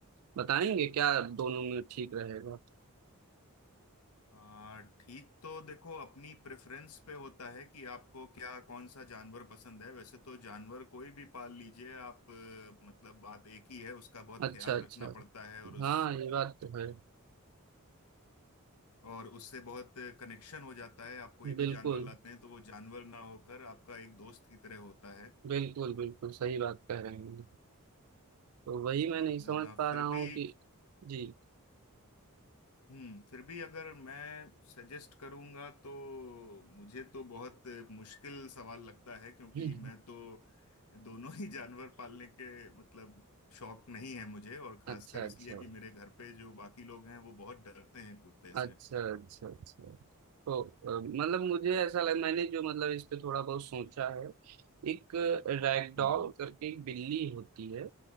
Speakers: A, on the right (about 80°); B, on the left (about 85°).
A: बताएंगे क्या दोनों में ठीक रहेगा
B: आ, ठीक तो देखो अपनी प्रेफरेंस पे होता है कि आपको क्या कौन सा जानवर पसंद है वैसे तो जानवर कोई भी पाल लीजिए आप अ, मतलब बात एक ही है उसका बहुत
A: अच्छा
B: ख्याल
A: अच्छा
B: रखना पड़ता है और उस
A: हाँ ये बात तो है
B: और उससे बहुत कनेक्शन हो जाता है आप कोई भी
A: बिल्कुल
B: जानवर लाते हैं तो वो जानवर ना होकर आपका एक दोस्त की तरह होता है
A: बिल्कुल बिल्कुल सही बात कह रहे हैं तो वही मैं नहीं समझ
B: अ,
A: पा
B: फिर
A: रहा हूँ
B: भी
A: कि जी
B: हम्म फिर भी अगर मैं सजेस्ट करूंगा तो मुझे तो बहुत मुश्किल सवाल लगता है क्योंकि
A: <laughs>
B: मैं तो दोनों ही <laughs> जानवर पालने के मतलब शौक नहीं है मुझे और खासकर
A: अच्छा
B: इसलिए
A: अच्छा
B: कि मेरे घर पे जो बाकी लोग हैं वो बहुत डरते हैं कुत्ते से
A: अच्छा अच्छा अच्छा तो अ, मतलब मुझे ऐसा लग मैंने जो मतलब इस पे थोड़ा बहुत सोचा है एक रैगडॉल
B: हम्म
A: करके एक बिल्ली होती है